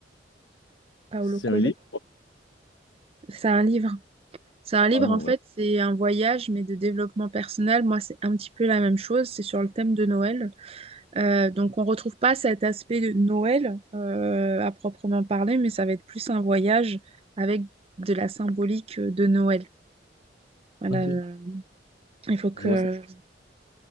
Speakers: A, on the right; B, on the left.
A: Paolo
B: c'est
A: Coelho?
B: un livre?
A: C'est un livre. C'est un livre,
B: Ah non,
A: en fait,
B: ouais.
A: c'est un voyage, mais de développement personnel. Moi, c'est un petit peu la même chose. C'est sur le thème de Noël. Euh, donc, on retrouve pas cet aspect de Noël euh, à proprement parler, mais ça va être plus un voyage avec de la symbolique euh, de Noël. Voilà.
B: OK.
A: euh, Il faut que
B: Je vois ça.